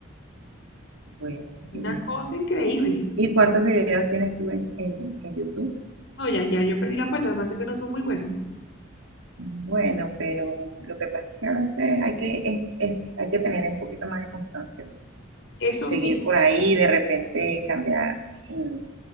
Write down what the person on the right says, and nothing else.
bueno, sí.
¿Y cuántos videos tienes tú en, en- en YouTube?
Bueno, pero lo que pasa es que a veces hay que, es- es- hay que tener un poquito más de constancia, pues.
Seguir
por ahí, y de repente cambiar mm,